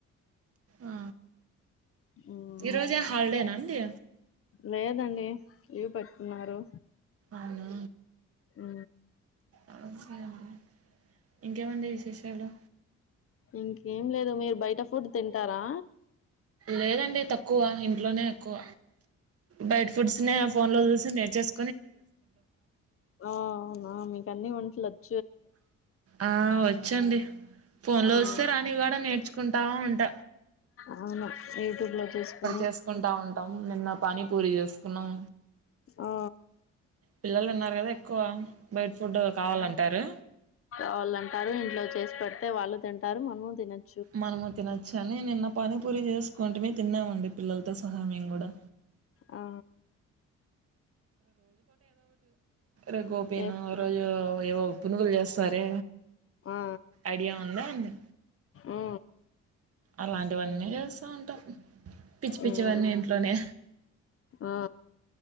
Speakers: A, on the right; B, on the left.
A: ఆ
B: ఉమ్,
A: ఈరోజు హాలిడేనా అండి
B: లేదండి ఇవి పెట్టున్నారు
A: అవునా
B: ఆ
A: అ సరే అండి ఇంకేమండి విశేషాలు
B: ఇంకేం లేదు మీరు బయట ఫుడ్ తింటారా
A: లేదండి తక్కువ ఇంట్లోనే ఎక్కువ బయట ఫుడ్స్ని ఫోన్ లో చూసి నేర్చేస్
B: ఆ నా మీ కానీ వంటట్ల <unintelligible>
A: ఆ వ చెడ్ <unintelligible> ఫోన్ లో
B: ఆ
A: వస్తే రానివి కూడా నేర్చుకుంటా వుంట
B: అవును యూట్యూబ్ లో చూసుకొని
A: చేసుకుంటా నిన్న పాని పూరి చేసుకున్నాం
B: ఆ
A: పిల్లలు ఉన్నారు కదా ఎక్కువ బయట ఫుడ్ కావాలంటారు
B: వాళ్ళుంటారు ఇంట్లో చేసి పెడితే వాళ్ళు తింటారు మనము తినచ్చు
A: మనము తి నా చాల నిన్న పానిపూరి చేసుకోంటమే తిన్నామండి పిల్లలతో సహా మేము కూడా
B: ఆ
A: ే గోపీను
B: చే
A: ఆ రోజు ఏవో పునుగులు చేస్త సరే
B: ఆ
A: ఐడియా ఉందా ఏంది
B: ఆ
A: అలాంటివన్నీ చేస్తా ఉంటాం పిచ్చి పిచ్చివన్నీ
B: ఉమ్
A: ఇంట్లోనే
B: ఆ